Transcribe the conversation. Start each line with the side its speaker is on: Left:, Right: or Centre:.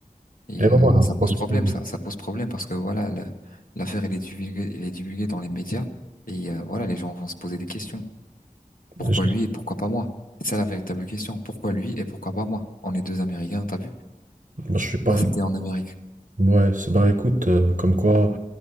Left: Et
Right: Et bah
Left: euh,
Right: voilà,
Left: ça pose
Right: parce
Left: problème,
Right: que
Left: ça, ça pose problème parce que voilà, la- l'affaire elle est divulguée, elle est divulguée dans les médias et euh, voilà, les gens vont se poser des questions. Pourquoi
Right: je,
Left: lui et pourquoi pas moi? C'est ça la véritable question. Pourquoi lui et pourquoi pas moi? On est deux Américains, t'as vu?
Right: moi, je suis pas
Left: Ça, c'était en Amérique.
Right: Ouais, c'est- bah écoute, euh, comme quoi,